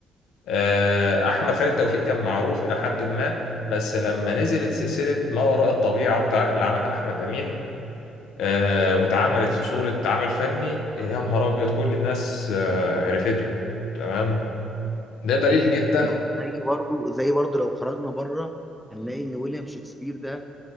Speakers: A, on the left; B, in the centre.
A: آه، احمد خالد توفيق كان معروف الى حد ما بس لما نزلت سلسله ما وراء الطبيعه بتاع اللي عملها احمد امين آه، واتعملت في صوره عمل فني يا نهار ابيض كل الناس آه، عرفته تمام ده دليل جدا
B: ما هو زي برضو زي برضو لو خرجنا بره هنلاقي ان ويليام شكسبير ده